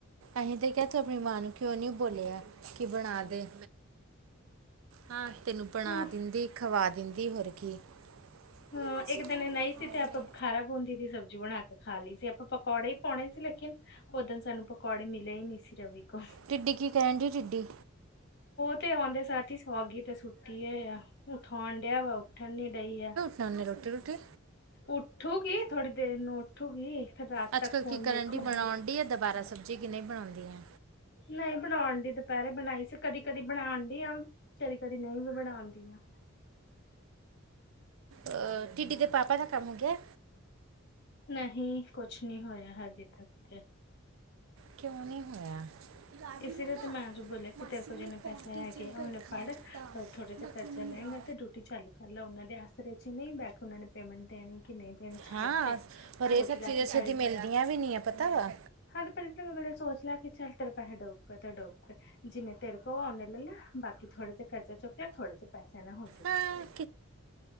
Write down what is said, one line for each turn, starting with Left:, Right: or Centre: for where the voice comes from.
Right: ਅਸੀਂ ਤੇ ਕਿਹਾ ਤੂੰ ਆਪਣੀ ਮਾਂ ਨੂੰ ਕਿਉਂ ਨੀ ਬੋਲਿਆ ਕਿ ਬਣਾ ਦੇ ਹਾਂ ਤੈਨੂੰ ਬਣਾ
Left: ਹਾਂ
Right: ਦਿੰਦੀ ਖਵਾ ਦਿੰਦੀ ਹੋਰ ਕੀ
Left: ਹਾਂ
Right: ਉਹਦੀ ਮਾਸੀ
Left: ਇੱਕ
Right: ਬੋਲ
Left: ਦਿਨ ਨਹੀਂ ਸੀ ਤੇ ਆਪਾਂ
Right: ਰਹੀ
Left: ਬੁਖਾਰਾ ਪਾਉਂਦੀ ਸੀ ਸਬਜ਼ ਬਣਾ ਕੇ ਖਾ ਲਈ ਸੀ ਆਪਾਂ ਪਕੌੜੇ ਹੀ ਪਾਉਣੇ ਸੀ ਲੇਕਿਨ ਉਦਨ ਸਾਨੂੰ ਪਕੌੜੇ ਮਿਲੇ ਹੀ ਨਹੀਂ ਸੀ ਰਵੀ ਕੋ
Right: ਟਿੱਡੀ ਕੀ ਕਰਨ ਜੀ ਟਿੱਡੀ
Left: ੱਤੇ ਆਉਂਦੇ ਸਾਥੀ ਸੌਗੀ ਤੇ ਸੁੱਤੀ ਆ ਆ ਉਠਾਉਣ ਡਿਆ ਵਾ ਉੱਠਣ ਨੀ ਡਈ ਆ
Right: ਨਾਨੀ ਰੋਟੀ ਰੋਟੀ
Left: ਉੱਠੂਗੀ ਥੋੜੀ ਦੇਰ ਨੂੰ ਉੱਠੂਗੀ ਫਿਰ ਰਾਤ
Right: ਅੱਜ
Left: ਤੱਕ
Right: ਕਲ
Left: ਫੋਨ
Right: ਕੀ
Left: ਵੇਖੂਗੀ
Right: ਕਰਨ ਡ ਬਣਾਉਣ ਡ ਆ ਦੁਬਾਰਾ ਸਬਜ਼ੀ ਕਿਨਂ ਬਣਾਉਂਦੀ ਆ
Left: ਨਹੀਂ ਬਣਾਉਣ ਡ ਦੁਪਹਿਰੇ ਬਣਾਈ ਸੀ ਕਦੀ ਕਦੀ ਬਣਾਉਣ ਡ ਆ ਕਦੀ ਕਦੀ ਨਹੀਂ ਵੀ ਬਣਾਉਂਦੀ ਆ
Right: ਅਹ ਟਿੱਡੀ ਦੇ ਪਾਪਾ ਦਾ ਕੰਮ ਹੋ ਗਿਆ।
Left: ਨਹੀਂ ਕੁਛ ਨਹੀਂ ਹੋਇਆ ਹਾਲੇ ਤੱਕ ਤੇ।
Right: ਕਿਉਂ ਨਹੀਂ ਹੋਇਆ। ਰਾਵੀ
Left: ਇਸ
Right: ਨੂੰ
Left: ਲਈ
Right: ਨਾ
Left: ਤੇ ਮੈਂ ਜੋ ਬੋਲਿਆ
Right: ਮਾਸੀ
Left: ਕਿ ਤੇਰੇ ਕੋਲ ਜਿੰਨੇ
Right: ਨੇ ਪੌਂਟੀ
Left: ਪੈਸੇ ਹੈਗੇ
Right: 'ਚ
Left: ਆ
Right: ਬੈਠਾ
Left: ਓਨੇ ਫੜ
Right: ਦਿੱਤਾ
Left: ਥੋੜੇ ਜਾ
Right: ਨਕਲੀ
Left: ਕਰਜ਼ਾ ਲ
Right: ਦਾ
Left: ਤੇ ਡਿਊਟੀ ਚਾਲੂ ਕਰ ਲਾ ਉਹਨਾਂ ਦੇ ਆਸਰੇ ਚ ਨਹੀਂ ਬੈਠ ਉਹਨਾਂ ਨੇ ਪੇਮੈਂਟ ਦੇਣੀ ਕਿ ਨਹੀਂ ਦੇਣੀ ਛੱਡ
Right: ਹਾਂ
Left: ਦੇ
Right: ਔਰ
Left: ਸੋਚ
Right: ਇਹ ਸਭ
Left: ਲੈ
Right: ਚੀਜ਼ਾਂ
Left: ਕੇ
Right: ਛੇਤੀ
Left: ਚੱਲ
Right: ਮਿਲਦੀਆਂ ਵੀ ਨਹੀਂ ਆ ਪਤਾ ਵਾ
Left: ਹਾਂ, ਤੇ <unintelligible> ਸੋਚ ਲਿਆ ਕਿ ਚੱਲ ਤੇਰੇ ਪੈਸੇ ਡੋਬ ਤੇ ਡੋਬ ਤੇ ਜਿੰਨੇ ਤੇਰੇ ਕੋ ਉਹ ਲੈ ਲਾ ਬਾਕੀ ਥੋੜੇ ਜੇ ਕਰਜ਼ਾ ਚੁੱਕਿਆ ਥੋੜੇ ਜੇ ਪੈਸਾ ਦਾ ਹੁਣ <unintelligible> ਹੋਇਆ।
Right: ਹਾਂ